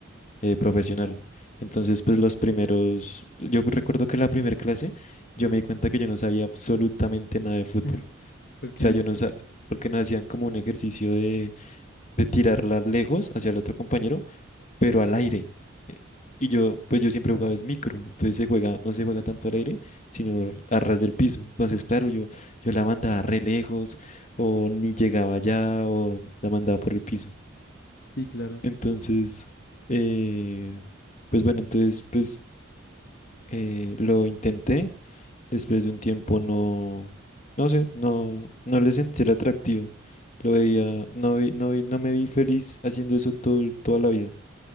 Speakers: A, on the left; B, on the left.
A: eh, profesional. Entonces pues los primeros, yo recuerdo que la primera clase yo me di cuenta que yo no sabía absolutamente nada de fútbol.
B: <laughs> Ok,
A: O sea, yo no sabía, porque nos hacían como un ejercicio de, de tirarla lejos hacia el otro compañero pero al aire. Eh, Y yo, pues yo siempre
B: Ah,
A: he jugado es micro, entonces se juega, no se juega tanto al aire, sino a ras del piso. Entonces, claro, yo, yo la mandaba re lejos, o ni llegaba allá, o la mandaba por el piso.
B: sí, claro.
A: Entonces, eh, pues bueno, entonces, pues eh, lo intenté. Después de un tiempo no, no sé, no, no le sentí el atractivo. Lo veía, no vi- no vi- no me vi feliz haciendo eso todo, toda la vida